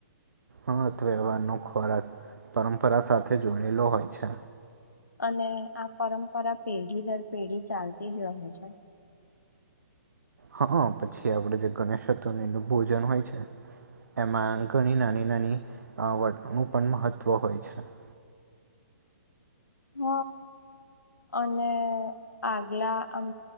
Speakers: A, on the right; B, on the left.
A: હથવ્યવહારનો ખોરાક પરંપરા સાથે જોડેલો હોય છે.
B: અને આ પરંપરા પેઢી દર પેઢી ચાલતી જ રહે છે.
A: હા પછી આપડે જે ગણેશ ચતુરનિ નું ભોજન હોય છે એમાં ઘણી નાની નાની અ વટનું પણ મહત્ત્વ હોય છે.
B: હ અને આગલા આમ